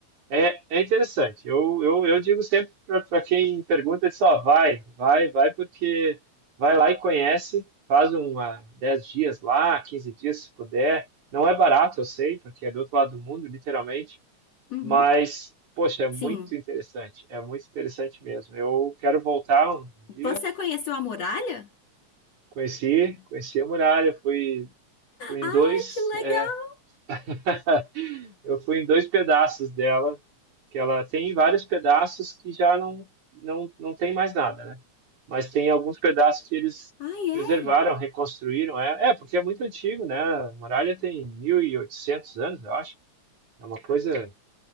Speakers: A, on the right; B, on the left.
A: é, é interessante. Eu, eu, eu digo sempre para quem pergunta, só vai, vai, vai, porque vai lá e conhece, faz uma 10 dias lá, 15 dias se puder. Não é barato, eu sei, porque é do outro lado do mundo, literalmente
B: Uhum.
A: mas, poxa, é muito
B: Sim.
A: interessante, é muito interessante mesmo. Eu quero voltar um dia.
B: Você conheceu a muralha?
A: Conheci, conheci a muralha, fui, fui em
B: Ai,
A: dois,
B: que legal!
A: é, <laughs> eu fui em dois pedaços dela, que ela tem vários pedaços que já não, não, não tem mais nada, né? Mas tem alguns pedaços que eles
B: Ai,
A: preservaram,
B: é?
A: reconstruíram. É, é, porque é muito antigo, né? A muralha tem 1.800 anos, eu acho. É uma coisa